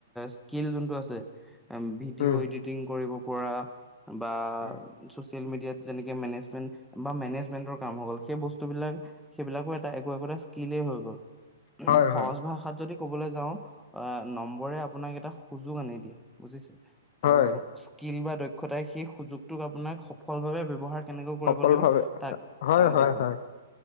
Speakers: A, in the centre; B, on the left (about 50°).
A: স্কিল যোনটো আছে ভিডিঅ'
B: উম
A: এডিটিং কৰিব পৰা বা
B: উম,
A: চচিয়েল মিডিয়া যেনেকে মেনেজমেন বা মেনেজমেন্টৰ কাম হ'ল সেই বস্তুবিলাক সেইবিলাকৰ এটা একো একোটা স্কিলেই হৈ গ'ল।
B: হয়,
A: সহজ
B: হয়,
A: ভাষাত যদি ক'বলৈ যাওঁ অ' নম্বৰে আপোনাক এটা সুযোগ আনি দিয়ে, বুজিছে।
B: হয়,
A: আৰু স্কিল বা দ দক্ষতাই সেই সুযোগটোক আপোনাক সফলভাৱে ব্যৱহাৰ কেনেকৈ কৰিব
B: সফল
A: লাগে
B: ভাৱে
A: তাক
B: হয়,
A: তাক
B: হয়,
A: দেখুৱাই।
B: হয়,